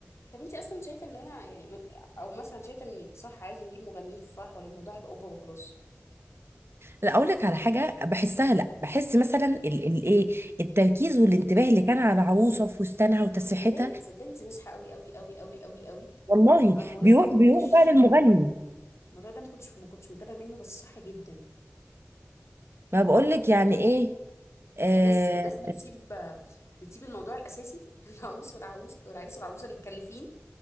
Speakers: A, on the left; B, on the right.
A: طب انت اصلا شايفة ان انا يعني م- او مثلا شايفة ان صح عايز نجيب مغنيين في الفرح ولا الموضوع يبقى اوفر وخلاص
B: لا اقول لك على حاجه بحسها لا بحس مثلا ال- ال- ايه التركيز والانتباه اللي كان على عروسه في فستانها وتسريحتها
A: اه صدقني صدقني انت نصحة قوي قوي قوي قوي قوي قوي
B: والله
A: آه، الموضوع
B: بيروح
A: ده ما كنتش
B: بيروح بقى للمغني
A: الموضوع ده ما كنتش ما كنتش متابعة منه بس صح جدا
B: ما بقول لك يعني ايه آه،
A: الناس الناس بتسيب بتسيب الموضوع الاساسي <laughs> العروس والعروس والعريس والعروسة المكلفين